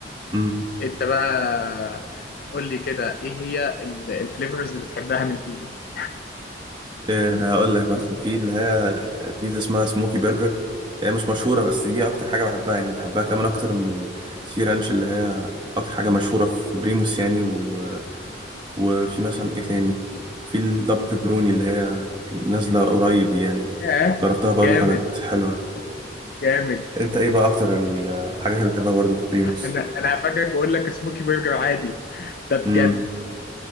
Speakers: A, on the right (about 25°); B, on the left (about 55°).
A: امم
B: انت بقى قول لي كده ايه هي ال- الفليفرز اللي بتحبها من بيموز
A: آه، هقول لك مثلا في اللي هي بيتزا اسمها سموكي برجر هي مش مشهوره بس دي اكتر حاجه بحبها يعني بحبها كمان اكتر من السي رانش اللي هي اكتر حاجه مشهوره في بريموس يعني و... وفي مثلا ايه تاني في الدبل بيبروني اللي هي نازله قريب دي يعني
B: ياه
A: جربتها برضو
B: جامد
A: كانت حلوه
B: جامد
A: انت ايه بقى اكتر الحاجات اللي بتحبها برضو في بريموس
B: انا انا هفاجئك واقول لك سموكي برجر عادي ده بجد
A: امم